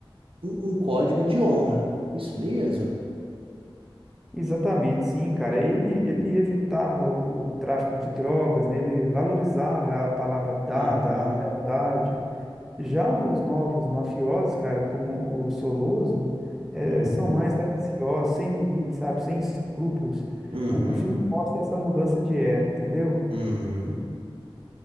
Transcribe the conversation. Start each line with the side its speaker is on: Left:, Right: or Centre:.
Right: um um código de honra. Isso mesmo?
Centre: Exatamente, sim, cara. Ele, ele evitava o tráfico de drogas, né? Ele valorizava a palavra dada,
Right: Uhum,
Centre: a lealdade. Já os novos mafiosos, cara, como o Soloso, eh,
Right: uhum.
Centre: são mais gananciosos, sem limites, sabe? Sem escrúpulos.
Right: Uhum,
Centre: O, o filme mostra essa mudança de era, entendeu?
Right: uhum.